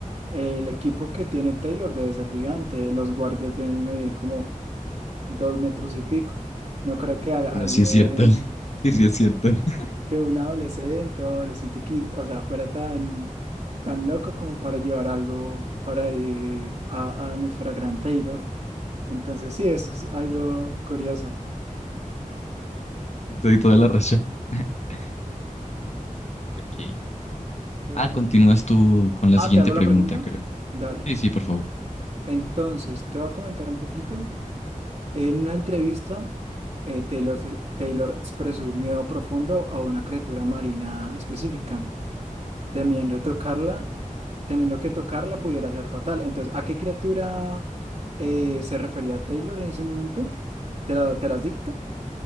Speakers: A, on the right (about 60°); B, on the left (about 55°).
A: el equipo que tiene Taylor debe ser gigante, los guardias deben medir como dos metros y pico. No creo que a-
B: Bueno,
A: alguien,
B: sí es cierto. <laughs>
A: <laughs>
B: Sí, sí es cierto. <laughs>
A: que un adolescente o adolescente, qui- o sea, fuera tan, tan loco como para llevar algo para ir a, a nuestra gran Taylor. Entonces, sí, eso es algo curioso.
B: Te doy toda la razón. <laughs> Ok.
A: Reputation.
B: Ah, continúas tú con la
A: Ah,
B: siguiente
A: ¿te hago
B: pregunta,
A: la pregunta?
B: creo.
A: Dale.
B: Sí, sí, por favor.
A: Entonces, te voy a comentar un poquito. En una entrevista, eh, Taylor, se- Taylor expresó un miedo profundo a una criatura marina específica, temiendo tocarla, temiendo que tocarla pudiera ser fatal. Entonces, ¿a qué criatura eh, se refería Taylor en ese momento? ¿Te la, te las dicto?